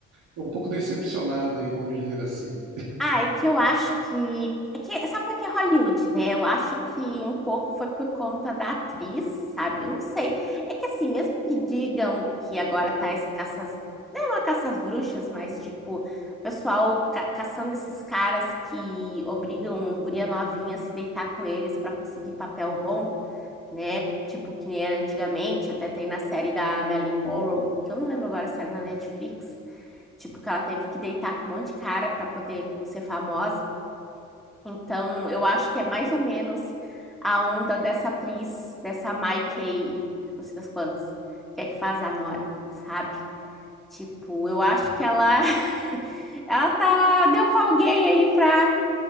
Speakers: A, on the right; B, in the centre.
A: tô um pouco decepcionado aí, vamos dizer assim.
B: Ah, é que eu acho que. É que, sabe como é que é Hollywood, né? Eu acho que um pouco foi por conta da atriz, sabe? Eu não sei. É que assim, mesmo que digam que agora tá essa caça. às- Não é uma caça às bruxas, mas tipo, o pessoal ca- caçando esses caras que obrigam guria novinha a se deitar com eles para conseguir papel bom né? Tipo, que nem era antigamente, até tem na série da Marilyn Monroe, que eu não lembro agora se era na Netflix, tipo, que ela teve que deitar com um monte de cara para poder ser famosa. Então, eu acho que é mais ou menos a onda dessa atriz, dessa Mikey, não sei das quantas, que é que faz a Nora, sabe? Tipo, eu acho que ela, <laughs> ela tá, deu pra alguém aí pra